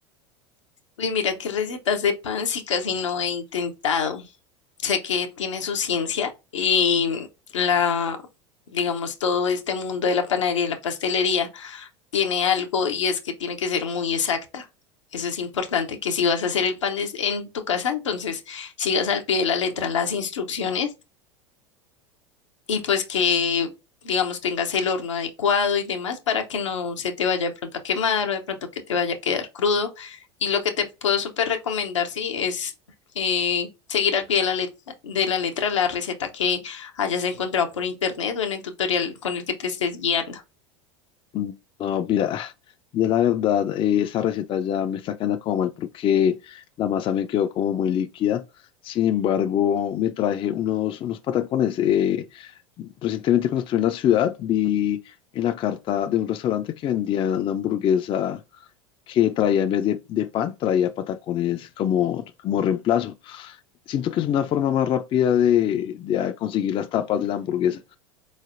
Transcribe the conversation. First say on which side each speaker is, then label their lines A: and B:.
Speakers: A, on the left (about 85°); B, on the left (about 35°).
A: Uy, mira qué recetas de pan, sí casi no he intentado. Sé que tiene su ciencia y la, digamos, todo este mundo de la panadería y la pastelería tiene algo y es que tiene que ser muy exacta. Eso es importante, que si vas a hacer el pan des- en tu casa, entonces sigas al pie de la letra las instrucciones y pues que, digamos, tengas el horno adecuado y demás para que no se te vaya de pronto a quemar o de pronto que te vaya a quedar crudo. Y lo que te puedo súper recomendar, sí, es eh, seguir al pie de la letra, de la letra la receta que hayas encontrado por internet o en el tutorial con el que te estés guiando.
B: Mm, No, mira, ya la verdad, eh, esa receta ya me está quedando como mal porque la masa me quedó como muy líquida. Sin embargo, me traje unos, unos patacones. eh, recientemente cuando estuve en la ciudad, vi en la carta de un restaurante que vendían una hamburguesa que traía, en vez de, de pan, traía patacones como, como reemplazo. Siento que es una forma más rápida de, de conseguir las tapas de la hamburguesa.